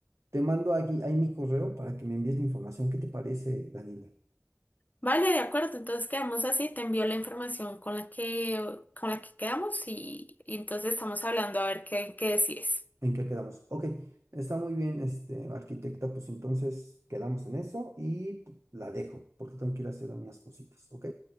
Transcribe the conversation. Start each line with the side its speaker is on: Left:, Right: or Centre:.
Right: te mando aquí, ahí mi correo para que me envíes la información. ¿Qué te parece, Daniela?
Left: Vale, de acuerdo, entonces quedamos así, te envío la información con la que, con la que quedamos y, y entonces estamos hablando a ver qué, qué decides.
Right: ¿En qué quedamos? Ok, está muy bien, este, arquitecta, pues entonces quedamos en eso y la dejo, porque tengo que ir a hacer unas cositas, ¿ok?